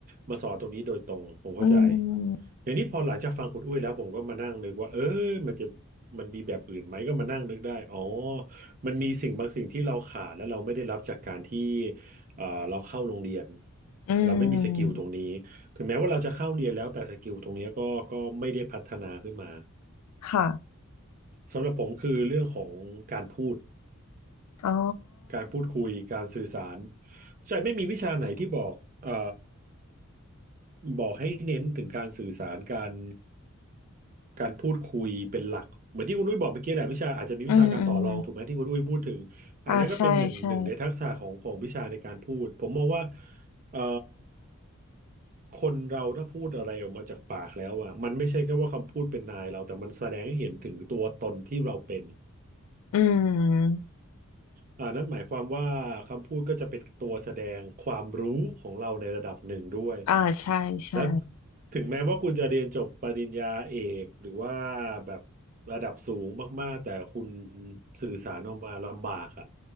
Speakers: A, on the right (about 35°); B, on the left (about 80°).
A: มาสอนตรงนี้โดยตรงผมเข้าใจ
B: อืม
A: เดี๋ยวนี้พอหลังจากฟังคุณอุ้ยแล้วผมก็มานั่งนึกว่าเออมันจะมันมีแบบอื่นไหมก็มานั่งนึกได้อ๋อมันมีสิ่งบางสิ่งที่เราขาดและเราไม่ได้รับจากการที่เอ่อเราเข้าโรงเรียน
B: อื
A: เราไม่มีสกิลตรงนี้
B: ม
A: ถึงแม้ว่าเราจะเข้าเรียนแล้วแต่สกิลตรงเนี้ยก็ก็ไม่ได้พัฒนาขึ้นมา
B: ค่ะ
A: สำหรับผมคือเรื่องของการพูด
B: อ๋อ
A: การพูดคุยการสื่อสารใช่ไม่มีวิชาไหนที่บอกเอ่อบอกให้เน้นถึงการสื่อสารการการพูดคุยเป็นหลักเหมือนที่คุณอุ้ยบอกเมื่อกี้แหละวิชาอาจจะมีวิชาการต่อรองถูกไหมที่คุณอุ้ยพูดถึงอันนั้นก็เป็นหนึ่งหนึ่งในทักษะของของวิชาในการพูดผมมองว่า
B: อืมอืมอ่าใช่ใช่
A: เอ่อคนเราถ้าพูดอะไรออกมาจากปากแล้วอ่ะมันไม่ใช่แค่ว่าคำพูดเป็นนายเราแต่มันแสดงให้เห็นถึงตัวตนที่เราเป็น
B: อืม
A: อ่านั่นหมายความว่าคำพูดก็จะเป็นตัวแสดงความรู้ของเราในระดับหนึ่งด้วย
B: อ่าใช่ใช่
A: และถึงแม้ว่าคุณจะเรียนจบปริญญาเอกหรือว่าแบบระดับสูงมากๆแต่คุณสื่อสารออกมาลำบากอะ